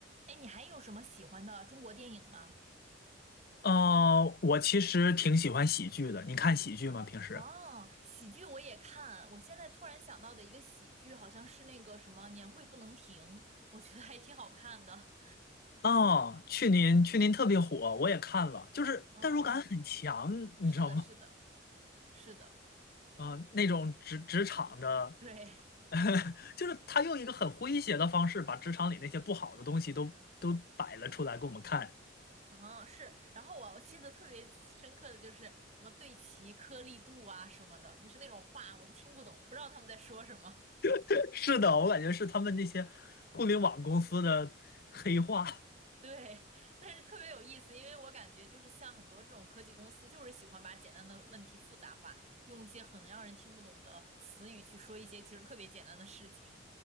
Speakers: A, on the right; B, on the left.
A: 哎，你还有什么喜欢的中国电影吗？
B: 呃，我其实挺喜欢喜剧的。你看喜剧吗？平时？
A: 哦，喜剧我也看。我现在突然想到的一个喜剧，好像是那个什么《年会不能停》，我觉得还挺好看的。
B: 哦，去年去年特别火，我也看了，就是代入感很强，
A: <laughs> 哦，
B: 你知道吗？
A: 是的，是的，是的，
B: 啊、那种职职场的，
A: 对，
B: <laughs> 就是他用一个很诙谐的方式，把职场里那些不好的东西都都摆了出来给我们看。
A: 嗯，是。然后我我记得特别深刻的就是什么对齐颗粒度啊什么的，就是那种话我都听不懂，不知道他们在说什么。
B: <laughs> 是的，我感觉是他们那些互联网公司的黑话。
A: <laughs> 对，但是特别有意思，因为我感觉就是像很多这种科技公司，就是喜欢把简单的问题复杂化，用一些很让人听不懂的词语去说一些其实特别简单的事情。